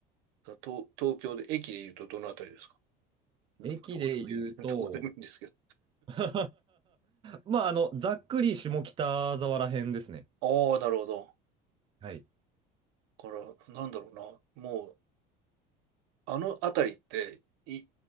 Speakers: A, on the right; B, on the right.
A: 東、東京で、駅で言うとどのあたりですかどどこでもいい、
B: 駅で言うと、
A: <laughs> どこでもいいんですけど。
B: <laughs> まあ、あの、ざっくり下北沢ら辺ですね。
A: ああ、なるほど。
B: はい。
A: だから、なんだろうな。もう、あのあたりって、い、